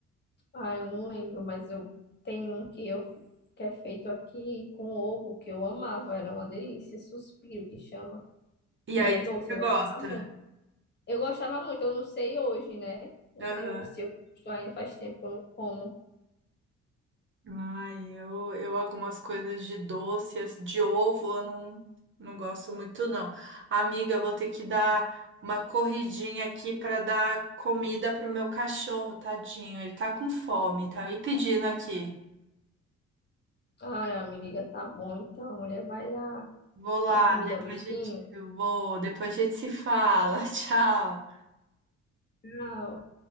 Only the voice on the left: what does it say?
Ah, eu não lembro, mas eu tenho um que eu que é feito aqui com ovo, que eu amava, era uma delícia, suspiro que chama.
E
era doce,
eu gostava
muito. Eu gostava muito, eu não sei hoje, né? Não
sei hoje se eu gosto ainda faz tempo que eu não como.
Ai, amiga, tá bom. Então, a mulher vai lá
dar comida
ao bichinho.
Tchau.